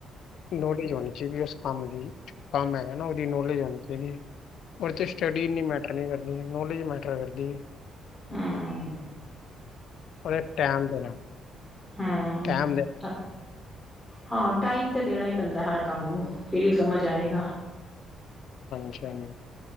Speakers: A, on the left; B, in the centre.
A: ਨੌਲੇਜ ਹੋਣੀ। ਜਿਵੇਂ ਉਸ ਕੰਮ ਦੀ, ਕੰਮ ਹੈਗਾ ਨਾ ਉਹਦੀ ਨੋਲੇਜ ਹੋਣੀ ਚਾਹੀਦੀ। ਉਹਦੇ ਚ ਸਟੱਡੀ ਇੰਨੀ ਮੈਟਰ ਨਹੀਂ ਕਰਦੀ ਨੌਲੇਜ ਮੈਟਰ ਕਰਦੀ।
B: ਹੂੰ।
A: ਉਹ ਦੇ ਟਾਈਮ ਦੇਣਾ,
B: ਹਮ
A: ਟਾਈਮ ਦੇ।
B: ਤਾਂ ਹਾਂ ਟਾਈਮ ਤੇ ਦੇਣਾ ਹੀ ਪੈਂਦਾ ਹਰ ਕੰਮ ਨੂੰ, ਫਿਰ ਹੀ ਸਮਝ ਆਏਗਾ।
A: ਹਾਂਜੀ- ਹਾਂਜੀ।